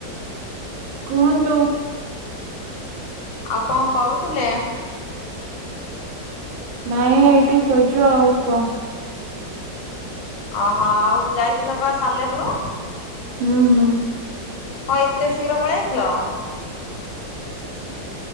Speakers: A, on the right; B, on the left.
A: କୁହନ୍ତୁ।
B: ଆଉ କଣ କରୁଥିଲେ।
A: ନାଇଁ ଏଇଟିସ୍ ସୋଇଚୁ ଆଉ କହ୍।
B: ଅଁ ହଁ ଆଉ ଯାଇଥିଲ। ବା ସାଲେପୁରୁ
A: ହୁଁ ହୁଁ
B: ହଁ ଏତେ ଶୀଘ୍ର ପଳେଇ ଆସିଲ।
A: <unintelligible>